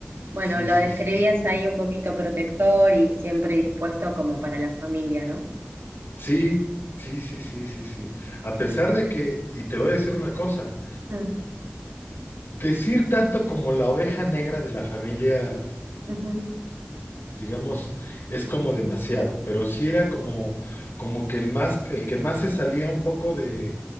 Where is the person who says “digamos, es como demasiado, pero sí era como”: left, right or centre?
Left